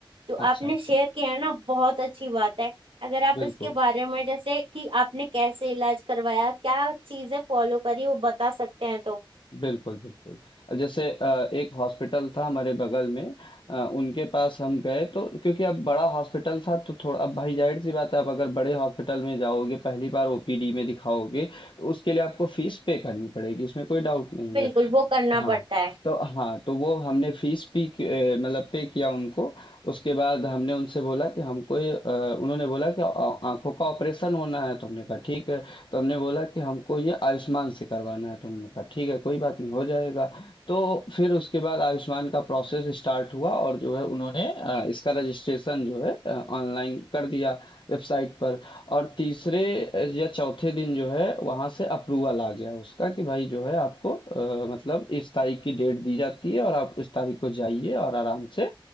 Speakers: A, on the right (about 80°); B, on the left (about 65°).
A: जो
B: अच्छा
A: आपने
B: अच्छा
A: शेयर किया है ना बहुत अच्छी बात है अगर आप
B: बिल्कुल
A: इसके बारे में जैसे कि आपने कैसे इलाज करवाया क्या चीजें फॉलो करी वो बता सकते हैं तो
B: बिल्कुल बिल्कुल जैसे अ, एक हॉस्पिटल था हमारे बगल में अ, उनके पास हम गए तो क्योंकि अब बड़ा हॉस्पिटल था तो थोड़ा अब भाई जाहिर सी बात है आप अगर बड़े हॉस्पिटल में जाओगे पहली बार ओपीडी में दिखाओगे तो उसके लिए आपको फीस पे करनी पड़ेगी इसमें कोई डाउट नहीं
A: बिल्कुल
B: है
A: वो करना
B: हाँ
A: पड़ता है
B: तो हाँ, तो वो हमने फीस भी क- अ, मतलब पे किया उनको। उसके बाद हमने उनसे बोला कि हमको ये अ, उन्होंने बोला कि आ- आँखों का ऑपरेशन होना है तो हमने कहा ठीक है। तो हमने बोला कि हमको ये आयुष्मान से करवाना है तो उन्होंने कहा ठीक है कोई बात नहीं हो जाएगा। तो फिर उसके बाद आयुष्मान का प्रोसेस स्टार्ट हुआ और जो है उन्होंने अ, इसका रजिस्ट्रेशन जो है ऑनलाइन कर दिया वेबसाइट पर और तीसरे या चौथे दिन जो है वहां से अप्रूवल आ गया उसका कि भाई जो है आपको अ, मतलब इस तारीख की डेट दी जाती है और आप इस तारीख को जाइए और आराम से